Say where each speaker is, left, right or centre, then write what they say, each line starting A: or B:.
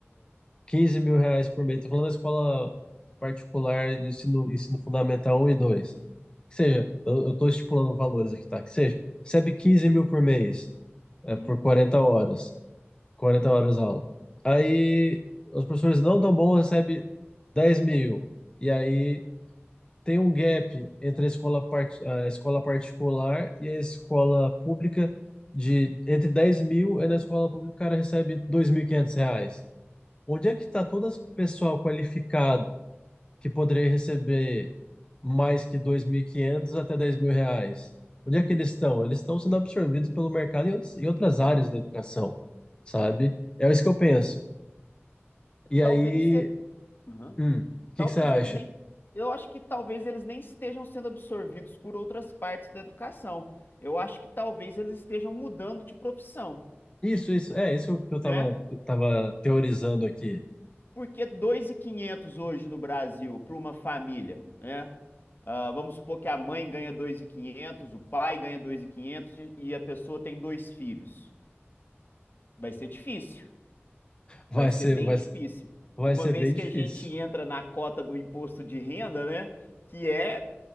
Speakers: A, on the left; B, on the left.
A: 15 mil reais por mês. Estou falando da escola particular de ensino, ensino fundamental um e dois, Que seja, eu estou estipulando valores aqui, tá? Que seja, recebe 15 mil por mês, é,
B: Uhum.
A: por 40 horas. 40 horas aula. Aí, os professores não tão bons recebem 10 mil. E aí tem um gap entre a escola, part, a escola particular e a escola pública de entre 10 mil e na escola pública o cara recebe 2.500 reais. Onde é que está todo esse pessoal qualificado que poderia receber mais que 2.500 até 10 mil reais? Onde é que eles estão? Eles estão sendo absorvidos pelo mercado em outros, em outras áreas da educação, sabe? É isso que eu penso. E aí,
B: Talvez, ser Uhum.
A: hum, o que
B: Talvez
A: que você acha?
B: eles nem. Eu acho que talvez eles nem estejam sendo absorvidos por outras partes da educação. Eu acho que talvez eles estejam mudando de profissão,
A: Isso, isso, é, isso é o que eu tava,
B: né?
A: tava teorizando aqui.
B: Porque 2.500 hoje no Brasil para uma família, né? Ah, vamos supor que a mãe ganha dois mil e quinhentos o pai ganha 2.500 e quinhentos e e a pessoa tem dois filhos. Vai ser difícil.
A: Vai
B: Vai ser
A: ser,
B: bem
A: vai,
B: difícil.
A: ser- vai
B: Uma
A: ser
B: vez
A: bem difícil.
B: que a gente entra na cota do imposto de renda, né? Que é